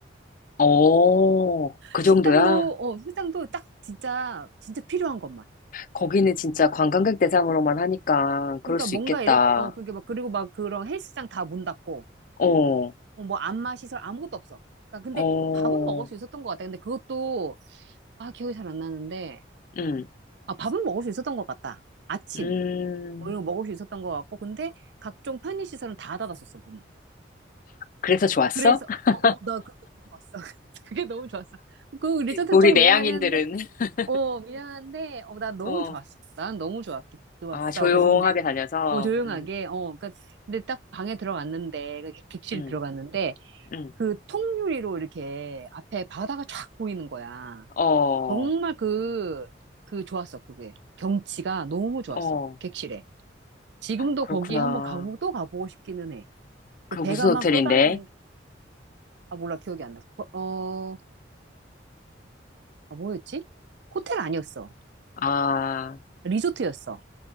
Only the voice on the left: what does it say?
어, 그
정도야?
거기는 진짜 관광객 대상으로만 하니까 그럴
수
있겠다.
어,
어,
응,
음.
그래서 좋았어?
<laughs>
우리
내향인들은.
<laughs>
어,
아, 조용하게
다녀서.
응,
응,
응.
어,
어,
그렇구나.
그
무슨 호텔인데?
아,